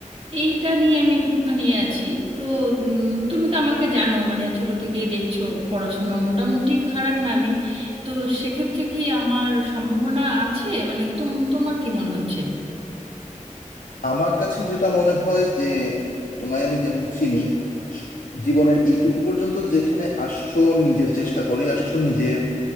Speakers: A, on the right; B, on the left.
A: এইটা নিয়ে আমি একটুখানি এ আছি তো উম, তুমি তো আমাকে জানো মানে ছোট থেকেই দেখছো পড়াশোনা মোটামুটি খারাপ না আমি তো সেক্ষেত্রে কি আমার সম্ভাবনা আছে মানে তুম তোমার কি মনে হচ্ছে
B: আমার কাছে যেটা মনে হয় যে তোমায় আমি যেমন চিনি জীবনের এইটুকু পর্যন্ত যেখানে আসছো নিজের চেষ্টা করে আসছো নিজের